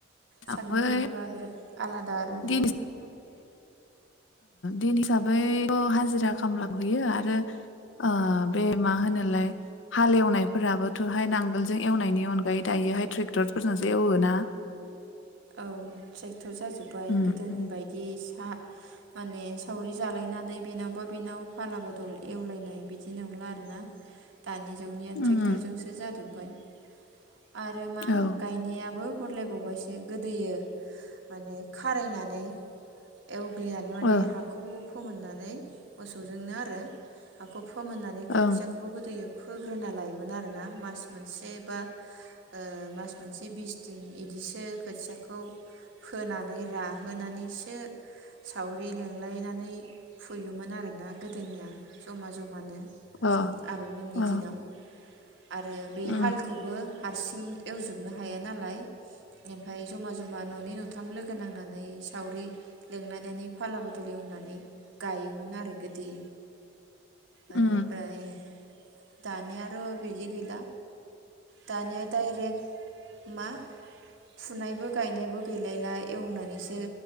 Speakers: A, on the left; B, on the right.
A: थांबाय
B: साननो थाङोबा बिराद आलादा आरोना
A: <inaudible> दिन हिसाबै थ हाजिरा खामला बुयो आरो ओ बे मा होनोलाय हाल एवनायफोराबोथ'हाय नांगोलजों एवनायनि अनगायै दायोहाय ट्रेक्टरफोरजोंसो एवोना
B: औ <unintelligible> जाजोब्बाय
A: उम
B: गोदोनि
A: उम
B: बायदि सा माने सावरि जालायनानै बेनावबा बेनाव फाला बदल एवलायनाय बिदि नंला आरोना दानि जुनिया ट्रेक्टरजोंसो
A: उम
B: जादों ओम आरो मा
A: औ
B: गायनायाबो सरलाय बावबायसो गोदोयो माने खारायनानै एवग्लिनानै माने
A: ओ
B: हाखौ फोमोननानै मोसौजोंनो आरो हाखौ फोमोननानै खोथियाखौ
A: ओं
B: गोदोयो फोग्रोना लायोमोन आरोना मास मोनसे बा ओ मास मोनसे बिस दिन बिदिसो खोथियाखौ फोनानै राहोनानैसो सावरि लेंलायनानै फुयोमोन आरोना गोदोनिया जमा जमानो।
A: अ
B: आबैमोननि
A: अ
B: दिनाव। आरो बे
A: उम
B: हालखौबो हारसिं एवजोबनो हाया नालाय ओमफ्राय जमा ज'मा ननै न' थाम ओंखाम लोगो नांनानै सावरि लिंलायनानै फाला बदल एवनानै गायोमोन आरो गोदो आरो
A: उम
B: ओमफ्राय दानिया आरो' बिदि गैला दानिया डाइरेक्ट मा फुनायबो गायनायबो गैलायला एवनानैसो